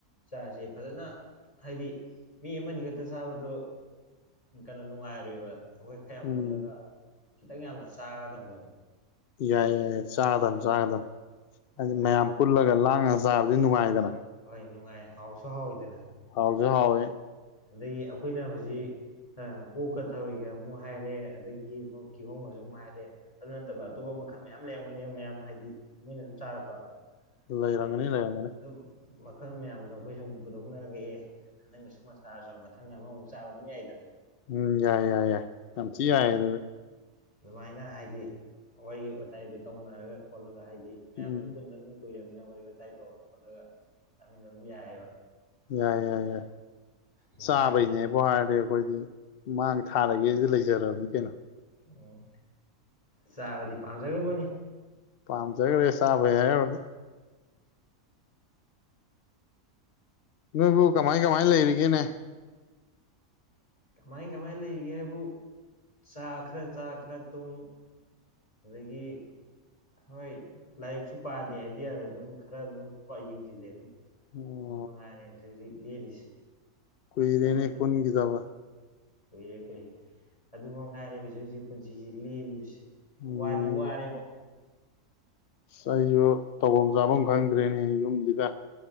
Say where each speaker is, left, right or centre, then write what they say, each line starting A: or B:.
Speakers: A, on the left; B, on the left.
A: ꯆꯥꯖꯦ ꯐꯖꯅ ꯍꯥꯏꯗꯤ ꯃꯤ ꯑꯃꯅꯤ ꯈꯛꯇ ꯆꯥꯕꯗꯣ__ ꯀꯩꯅꯣ ꯅꯨꯡꯉꯥꯏꯔꯤꯕ ꯑꯩꯈꯣꯏ ꯈꯔ ꯌꯥꯝ
B: ꯎꯝ
A: ꯄꯨꯜꯂꯒ ꯈꯤꯇꯪ ꯌꯥꯝꯅ ꯆꯥꯒꯗꯕꯅꯦꯕ
B: ꯌꯥꯏ ꯌꯥꯏ ꯆꯥꯒꯗꯝꯕ ꯆꯥꯒꯗꯝꯕ ꯍꯥꯏꯗꯤ
A: ꯑꯩꯈꯣꯏ
B: ꯃꯌꯥꯝ ꯄꯨꯜꯂꯒ ꯂꯥꯡꯉꯒ ꯆꯥꯕꯗꯤ ꯅꯨꯡꯉꯥꯏꯗꯅ
A: ꯍꯣꯏ ꯅꯨꯡꯉꯥꯏ ꯍꯥꯎꯁꯨ ꯍꯥꯎꯋꯤꯗꯅ
B: ꯍꯥꯎꯖꯨ ꯍꯥꯎꯋꯦ
A: ꯑꯗꯩ ꯑꯩꯈꯣꯏꯅ ꯍꯨꯖꯤꯛ ꯑꯣꯛꯀ ꯊꯔꯣꯏꯒ ꯑꯃꯨꯛ ꯍꯥꯏꯔꯦ ꯑꯗꯒꯤ ꯑꯃꯨꯛ ꯀꯤꯍꯣꯝꯒꯁꯨ ꯑꯃꯨꯛ ꯍꯥꯏꯔꯦ ꯑꯗꯨ ꯅꯠꯇꯕ ꯑꯇꯣꯞꯄ ꯃꯈꯜ ꯃꯌꯥꯝ ꯂꯩꯔꯝꯒꯅꯤꯕ ꯃꯌꯥꯝ ꯍꯥꯏꯗꯤ ꯃꯣꯏꯅ ꯑꯗꯨꯝ ꯆꯥꯔꯛꯄ
B: ꯂꯩꯔꯝꯒꯅꯤ
A: ꯍꯥꯏꯗꯤ
B: ꯂꯩꯔꯝꯒꯅꯤ
A: ꯑꯗꯨꯝ ꯃꯈꯜ ꯃꯌꯥꯝꯗꯣ ꯑꯈꯣꯏ ꯁꯨꯝ ꯄꯨꯊꯣꯛꯅꯔꯒ ꯑꯦ ꯅꯪꯅ ꯁꯨꯃꯥꯏ ꯁꯨꯝ ꯆꯥꯔꯁꯨ ꯃꯊꯪ ꯑꯃꯃꯨꯛ ꯆꯥꯕ ꯑꯗꯨꯝ ꯌꯥꯏꯗꯅ
B: ꯎꯝ ꯌꯥꯏ ꯌꯥꯏ ꯌꯥꯏ ꯌꯥꯝ ꯊꯤ
A: ꯑꯗꯨ
B: ꯌꯥꯏ
A: ꯂꯣꯏ
B: ꯑꯗꯨꯗꯤ
A: ꯑꯗꯨꯃꯥꯏꯅ ꯍꯥꯏꯗꯤ ꯋꯥꯔꯤ ꯋꯥꯇꯥꯏꯗꯨ ꯇꯧꯅꯔꯒ ꯈꯣꯠꯂꯒ ꯍꯥꯏꯗꯤ ꯃꯌꯥꯝꯁꯨ
B: ꯎꯝ
A: ꯄꯨꯟꯗ ꯑꯗꯨꯝ ꯀꯨꯏꯔꯕꯃꯤꯅ ꯋꯥꯔꯤ ꯋꯥꯇꯥꯏ ꯇꯧꯔ ꯈꯣꯠꯂꯒ ꯆꯥꯃꯤꯟꯅꯕꯝ ꯌꯥꯏꯌꯦꯕ
B: ꯌꯥꯏ ꯌꯥꯏ ꯌꯥꯏ
A: ꯑꯗꯨꯃꯥꯏꯅ
B: ꯆꯥꯕꯩꯅꯦꯕ
A: ꯑꯃꯨꯛꯇꯪ
B: ꯋꯥꯔꯤꯕꯨ ꯍꯥꯏꯔꯗꯤ ꯑꯈꯣꯏꯗꯤ ꯃꯥꯡ ꯊꯥꯔꯒꯦꯁꯤ ꯂꯩꯖꯔꯕꯅꯤ ꯀꯩꯅꯣ
A: ꯎꯝ ꯆꯥꯕꯗꯤ ꯄꯥꯝꯖꯒ꯭ꯔꯄꯣꯠꯅꯤ
B: ꯄꯥꯝꯖꯒ꯭ꯔꯦ ꯆꯥꯕꯩ ꯍꯥꯏꯔꯨꯔꯗꯤ ꯅꯣꯏꯕꯨ ꯀꯃꯥꯏ ꯀꯃꯥꯏ ꯂꯩꯔꯤꯒꯦꯅꯦ
A: ꯀꯃꯥꯏ ꯀꯃꯥꯏꯅ ꯂꯩꯔꯤꯒꯦ ꯍꯥꯏꯕꯨ ꯆꯥ ꯈꯔ ꯆꯥ ꯈꯔ ꯇꯨꯝ ꯑꯗꯒꯤ ꯍꯣꯏ ꯂꯥꯏꯔꯤꯛꯁꯨ ꯄꯥꯗꯦ ꯍꯥꯏꯗꯤ ꯌꯥꯔꯣꯏ ꯑꯗꯨꯝ ꯈꯔ ꯑꯗꯨꯝ ꯌꯦꯡꯖꯤꯜꯂꯦ ꯑꯗꯨꯝ
B: ꯑꯣ
A: ꯑꯗꯨ ꯃꯉꯥꯏꯔꯦ ꯍꯧꯖꯤꯛ ꯍꯧꯖꯤꯛ ꯂꯦꯜꯂꯤꯁꯦ
B: ꯀꯨꯏ ꯔꯦꯅꯦ
A: ꯑꯗꯨ
B: ꯄꯨꯟꯒꯤꯗꯕ
A: ꯀꯨꯏꯔꯦ ꯀꯨꯏꯔꯦ ꯑꯗꯨꯃꯉꯥꯏꯔꯦ ꯍꯧꯖꯤꯛ ꯍꯧꯖꯤꯛ ꯄꯨꯟꯁꯤꯁꯤ ꯂꯦꯜꯂꯤꯕꯁꯤ
B: ꯎꯝ
A: ꯋꯥꯠ ꯋꯥꯔꯦꯕꯣ
B: ꯑꯁ ꯑꯩꯁꯨ ꯇꯧꯐꯝ ꯆꯥꯐꯝ ꯈꯪꯗ꯭ꯔꯦꯅꯦ ꯌꯨꯝꯁꯤꯗ